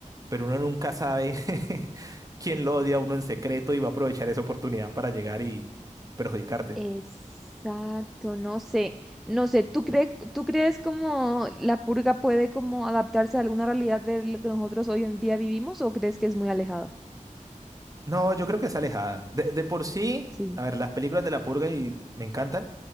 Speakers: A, on the right; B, in the centre.
A: pero uno nunca sabe <laughs> quién lo odia a uno en secreto y va a aprovechar esa oportunidad para llegar y perjudicarte.
B: Exacto, no sé, no sé, ¿tú crees, tú crees como la purga puede como adaptarse a alguna realidad de lo que nosotros hoy en día vivimos o crees que es muy alejada?
A: No, yo creo que es alejada. De, de por sí,
B: Sí.
A: a ver, las películas de La Purga y me encantan,